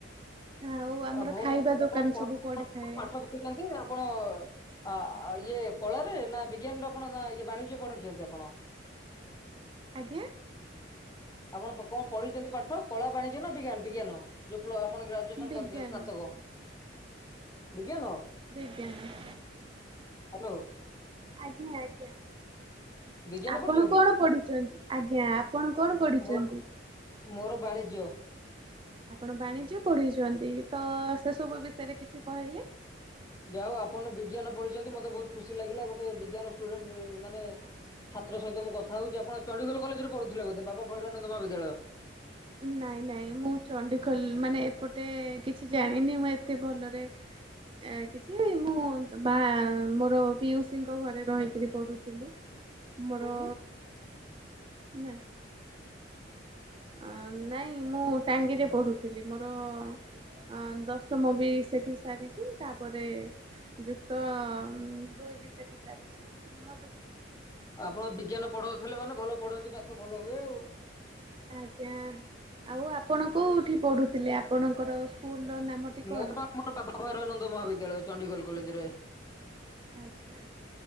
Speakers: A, on the right; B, on the left.
A: ଆଉ ଆମର
B: ଆ ଭଉନା
A: ଖାଇବା ଦୋକାନ ସବୁ ପଡିଥାଏ
B: ପାଠ ପଢୁଛନ୍ତି ଆପଣ ଆ ଆଉ ଇଏ କଳ ରେ ନା ବିଜ୍ଞାନରେ ଆପଣ ନା ଇଏ ବାଣିଜ୍ୟ ପଢେଇଛନ୍ତି ଆପଣ?
A: ଆଜ୍ଞା?
B: ଆପଣ କଣ ପଢିଛନ୍ତି ପାଠ କଳା ବାଣିଜ୍ୟ ନା ବି୍ଞାନ ବିଜ୍ଞାନ ଯୋଉ ଆପଣ ଗ୍ରାଜୁଏସନ
A: ବିଜ୍ଞାନ
B: କରିଥିବେ ସ୍ନାତକ ବିଜ୍ଞାନ
A: ବିଜ୍ଞାନ।
B: ହ୍ୟାଲୋ!
A: ଆଜ୍ଞା ଆଜ୍ଞା।
B: ବିଜ୍ଞାନ
A: ଆପଣ
B: ପଢୁଛନ୍ତି
A: କଣ ପଢିଛନ୍ତି ଆଜ୍ଞା ଆପଣ କଣ ପଢିଛନ୍ତି?
B: ମୋର ମୋର ବାଣିଜ୍ୟ!
A: ଆପଣ ବାଣିଜ୍ୟ ପଢିଛନ୍ତି ତ ସେ ସବୁ ବିଷୟରେ କିଛି କହିଲେ?
B: ଯା ହଉ ଆପଣ ବିଜ୍ଞାନ ପଢିଛନ୍ତି ମତେ ବହୁତ ଖୁସି ଲାଗିଲା ଗୋଟେ ବିଜ୍ଞାନ ଷ୍ଟୁଡେଣ୍ଟ ମାନେ ଛାତ୍ର ସହିତ ମୁଁ କଥା ହଉଛି ଆପଣ ଚଣ୍ଡିଗୋଲ କଲେଜରେଢୁଥିଲେ ବୋଧେ ବାବା ଭୈରାନନ୍ଦ ମହାବିଦ୍ୟାଳୟ?
A: ନାଇଁ ନାଇଁ ମୁଁ ଚଡିଖୋଲ ମାନେ ଏପଟେ କିଛି ଜାଣିନି ମୁଁ ଏତେ ଭଲରେ ଏ କିଛି ମୁଁ ବା ମୋର ପିୟୁଷିଙ୍କ ଘରେ ରହିକିରି ପଢୁଥିଲି। ମୋର
B: କୋଉଠି?
A: ନା ଅ ନାଇଁ ମୁଁ ଟାଙ୍ଗିରେ ପଢୁଥିଲି ମୋର ଅ ଦଶମ ବି ସେଠି ସାରିଛି ତାପରେ ଯୁକ୍ତ ଦୁଇ ବି ସେଠି ସାରିଛି ମ
B: ଆପଣ ବିଜ୍ଞାନ ପଢଉଥିଲେ ମାନେ ଭଲ ପଢଛନ୍ତି ପାଠ ଭଲ ହୁଏ ଆଉ।
A: ଆଜ୍ଞା ଆଉ ଆପଣ କୋଉଠି ପଢୁଥିଲେ ଆପଣଙ୍କର ସ୍କୁଲ ର ନାମଟି
B: ମୋର
A: କଣ
B: ଆମର ବାବା ଭୈରାନନ୍ଦ ମହାବିଦ୍ୟାଳୟ ଚଣ୍ଡିଗଡ଼ କଲେଜରେ।
A: ଆଚ୍ଛା